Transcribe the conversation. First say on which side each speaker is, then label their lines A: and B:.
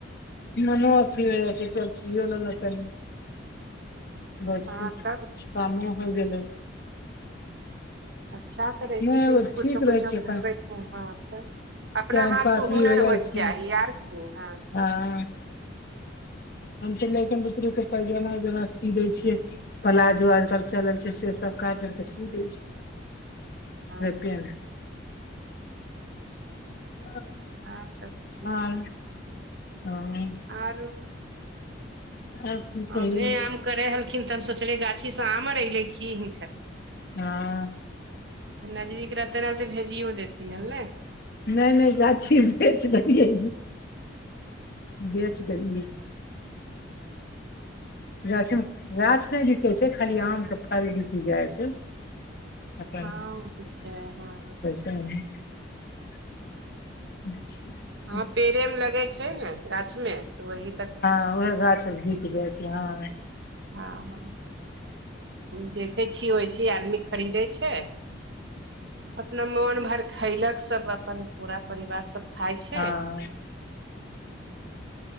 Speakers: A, on the left (about 50°); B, on the right (about 65°).
A: मनो की हो छै चल सियों लेलक कनि बस
B: हँ
A: कुछ
B: तब
A: कामो होइ गेलै
B: अच्छा करै
A: नहि
B: छी कि इस
A: ठीक
B: कुछो
A: रहै
B: कुछो
A: छै
B: घर
A: अपन
B: बैठे हँ तऽ अपना
A: टाइम
B: हाथके
A: पास
B: हुनर
A: भी हो जाइ
B: होइके
A: छै
B: चाही आर की हँ तब
A: हँ हम तऽ लइकन बुतरू के पैजामा उजामा सी दै छियै प्लाजो आई कल चलल छै से सब काटि के सी दे छिये
B: हँ
A: ले पेनह ----
B: हँ
A: <unintelligible>
B: तब
A: आँ हँ
B: आरो
A: आर की कहियौ
B: आमे आम करै हलखिन तबऽ सोचलियै गाछी सँ आम आर एऐलै की हिनकर
A: हँ
B: नजदीक रहते न तऽ भेजियो देथिन एलेह
A: नै नै गाछी बेच देलियै बेच देलियै गाछमे - गाछ नए बिकैय छै खाली आम के फल बिक जाइ छै अपन
B: ह उ छै हँन
A: <unintelligible>
B: हँ पेड़े मे लगै छै ने गाछ में त ओहि
A: हँ उहे गाछ भिक जाइ छै हँ
B: हँ हँ देखे छियै ओहि से आदमी खरीदे छै अपना मोन भर खैलक सब अपन पूरा परिवार सब खाय छै
A: हँ